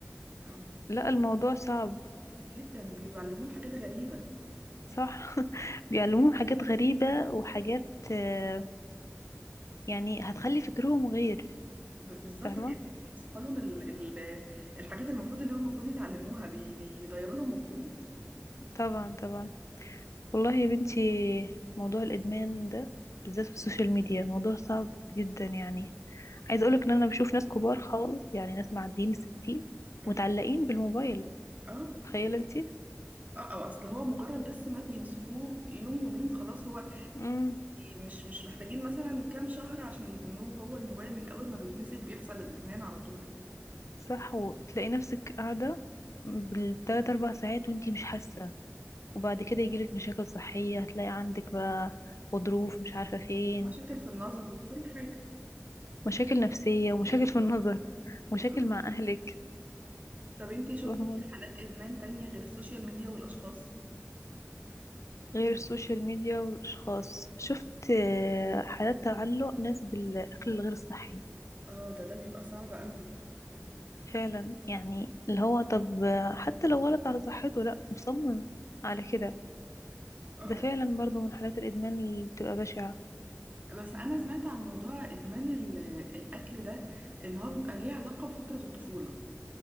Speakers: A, on the right; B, on the left.
A: اه
B: لا الموضوع صعب
A: جدا وبيعلموهم حاجات غريبه
B: صح <laughs> بيعلموهم حاجات غريبة وحاجات آه، يعني هتخلي فكرهم غير
A: ب... بالظبط
B: فاهمة
A: كانهم بيمسحوا لهم ال... ال... الحاجات المفروض اللي هم المفروض يتعلموها بي... بيغيروا لهم مخهم
B: طبعا طبعا والله يا بنتي موضوع الإدمان ده بالذات في السوشيال ميديا موضوع صعب جدا يعني عايزة أقولك إن أنا بشوف ناس كبار خالص يعني ناس معديين الستين
A: مم.
B: متعلقين بالموبايل
A: اه
B: تخيلي انتي
A: اه أو اصل هو مجرد بس ما بيمسكوه يوم يومين خلاص هو
B: امم
A: مش مش محتاجين مثلا كام شهر عشان يدمنوه هو الموبايل من اول ما بيتمسك بيحصل الادمان على طول
B: صح وتلاقي نفسك قاعدة بالتلات أربع ساعات وانتي مش حاسة وبعد كده يجيلك مشاكل صحية هتلاقي عندك بقى غضروف مش عارفة فين
A: مشاكل في النظر وفي كل حاجة
B: مشاكل نفسية ومشاكل في النظر مشاكل
A: آه.
B: مع أهلك
A: طب انتي شفتي
B: فاهمة؟
A: حالات ادمان تانية غير السوشيال ميديا والاشخاص
B: غير السوشيال ميديا والأشخاص شفت آه، حالات تعلق ناس بالأكل الغير الصحي
A: اه ده ده بيبقى صعب قوي
B: فعلا يعني اللي هو طب آه، حتى لو غلط على صحته لأ مصمم على كده
A: اه
B: ده فعلا برضو من حالات الإدمان اللي بتبقى بشعة
A: بس انا سمعت عن موضوع ادمان ال- الاكل ده ان هو بيبقى ليه علاقة بفترة الطفولة